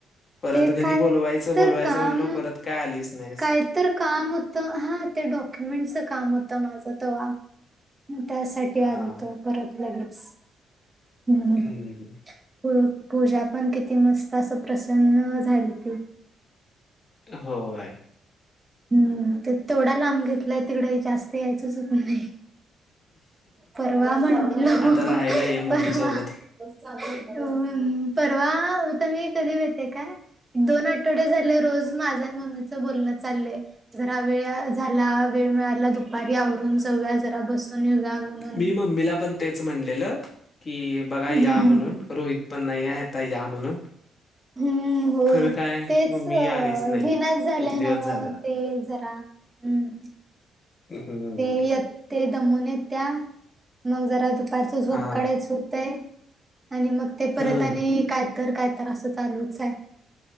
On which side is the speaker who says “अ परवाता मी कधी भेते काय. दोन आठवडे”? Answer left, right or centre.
Right